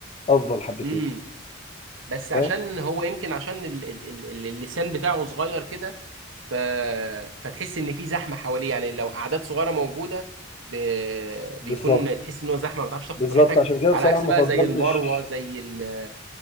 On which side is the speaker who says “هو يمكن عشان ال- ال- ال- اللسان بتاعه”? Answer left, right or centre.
Right